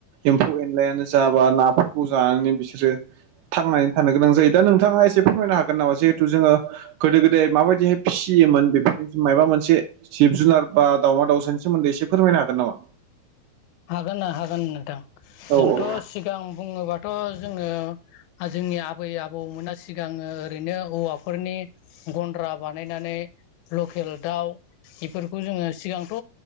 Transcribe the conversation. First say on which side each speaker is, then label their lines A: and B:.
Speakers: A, on the right (about 75°); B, on the left (about 80°).
A: एम्फौ एनलायानो जाबा नाफोरखौ जानानै बिसोरो थांनानै थानो गोनां जायो दा नोंथाङा एसे फोरमायनो हागोन नामा जिहेथु जोङो गोदो गोदाय माबायदिहाय फिसि फैयोमोन बेफोरनि मायाबा मोनसे जिब जुनार बाावमा दावउसानि सोमोन्दै एसे फोरमायनो हागोन नामा?
B: हागोनना हागोन नोंथां जोंथ'
A: औ औ
B: सिगां बुङोब्ला थ' जोङो जोंनि आबै आबौमोना सिगाङो ओरैनो औवाफोरनि गन्द्रा बानायनानै लकेल दाउ बेफोरखौ जोङो सिगांथ'